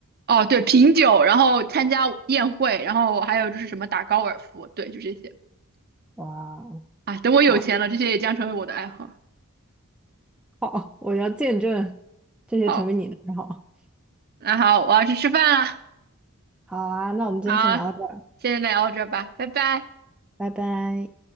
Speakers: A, on the right (about 45°); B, in the centre.
A: 哦，对，品酒，然后参加宴会，然后还有就是什么打高尔夫，对，就这些。
B: 哇哦，
A: 啊，等我有钱了，
B: 好，
A: 这些也将成为我的爱好。
B: 好，我要见证这些成为你的爱好。
A: 好，那好，我要去吃饭了。
B: 好啊，那我们今天先聊到这儿，
A: 好，现在聊到这儿吧，拜拜。
B: 拜拜。